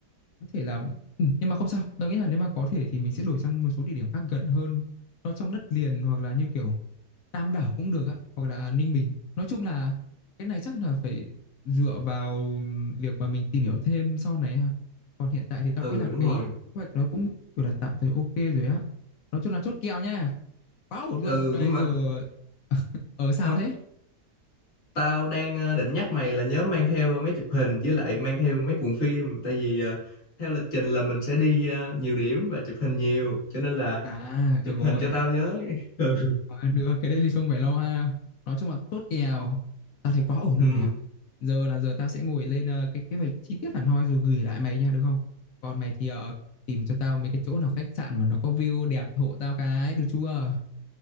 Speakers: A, on the left; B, on the left.
A: có thể là ừ, nhưng mà không sao tao nghĩ là nếu mà có thể thì mình sẽ đổi sang một số địa điểm khác gần hơn nó trong đất liền hoặc là như kiểu Tam Đảo cũng được á hoặc là Ninh Bình nói chung là cái này chắc là phải dựa vào việc mà mình tìm hiểu thêm sau này ha còn hiện tại thì tao
B: ừ
A: nghĩ là
B: đúng
A: cái
B: rồi.
A: kế hoạch nó cũng gọi là tạm thời ok rồi á nói chung là chốt kèo nha quá ổn luôn
B: Ừ
A: đây
B: nhưng mà
A: giờ <laughs> ở sao
B: sao?
A: thế
B: Tao đang ờ, định nhắc mày là nhớ mang theo ờ, máy chụp hình với lại mang theo mấy cuộn phim tại vì ờ, theo lịch trình là mình sẽ đi ờ, nhiều điểm và chụp hình nhiều cho nên là
A: à
B: chụp
A: được rồi
B: hình cho tao với <laughs> ừ
A: à, được cái đây thì không phải lo ha nói chung là chốt kèo tao thấy quá ổn luôn
B: Ừ,
A: mày ạ giờ là giờ tao sẽ ngồi lên ờ, cái cái vạch chi tiết hẳn hoi rồi gửi lại mày nha được không còn mày thì ờ, tìm cho tao mấy cái chỗ nào khách sạn mà nó có view đẹp hộ tao cái được chưa